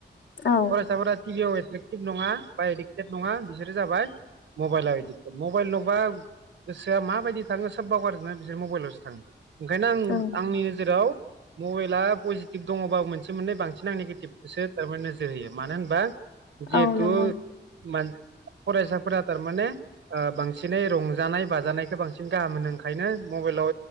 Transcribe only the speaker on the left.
औ
औ
औ नंगौ